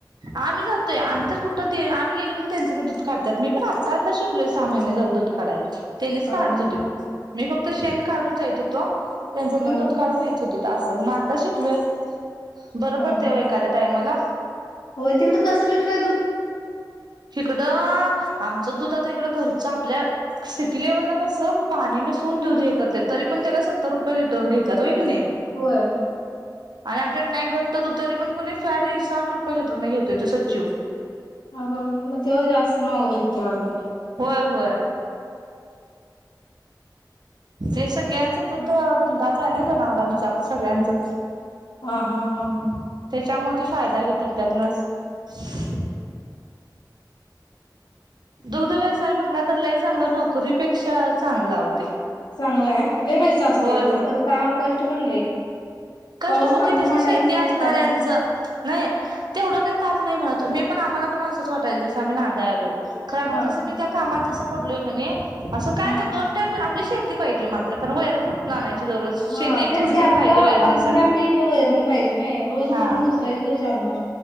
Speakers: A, on the right; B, on the left.
A: आम्ही जातोय आम्ही तर कुठं ते आम्ही गेलोण त्यांचं ते दूध काढतात मी पण आत्ता आता शिकलोय सहा महिने झालं दूध काढाय त्यांनीच
B: हां,
A: काढत
B: हां,
A: होतेत
B: हां.
A: मी फक्त शेण काढून जाईत होतो त्यांच्यातून
B: बरं.
A: दूध काढून येते असं म आता शिकलोय बरं
B: ह
A: पडते एखाद्या टायमाला
B: हो तिकडं कस लिटर आहे दूध
A: इकडं आमचं दूध आता इकडं घरचं आपल्या सिटी लेवलला कसं पाणी मिसळून दूध हे करत तरी पण त्याला सत्तर रुपये लिटर घेत्यात व्हय की नाय
B: होय.
A: आणि आमच्यात् नाय ग तो तरी पण की नाय सा साठ रुपये लिटर नाही घेतोय तो सच्चू
B: अगं मग त्या जास्त महाग विकतो तो
A: होय होय ते सगळ्यांच दुग्ध धंदाच आहे ना जनावरांचा सगळ्यांचच
B: हा हा हा हा
A: त्याच्यामुळं ते फायदा घेतात त्यातनच <inaudible> दुग्ध व्यवसाय म्हटलं तर लय चांगलं नोकरी पेक्षा चांगलं अहो ते
B: चांगला आहे लय पैसा असते
A: होय
B: म्हणजे
A: होय
B: खरं काम कष्ट पण लय
A: कष्टं
B: पाऊस
A: म्हणजे
B: पाणी
A: कसं
B: म्हणायच
A: शेती
B: नाही
A: असणाऱ्यांचं
B: काय नाही
A: नाही तेवढं काही ताप नाही मला मी पण आम्हाला पण असंच वाटयचं जसं आम्ही खरं आता
B: हा
A: जसं‌‌ मी त्या कामात पडलोय कणी असं काय
B: हा
A: नाही दोन टाईम आपली शेत पाहिजे मात्र खरं वैरण कुठ आणायची दररोज शेती
B: हा
A: एक
B: तेच
A: थोडी
B: की आपलं
A: तरी पाहिजे वैरणीसाठी,
B: आपली आपली वैरण पाहिजे नाही रोज उठून
A: हा
B: दुसऱ्याची कशी आणणार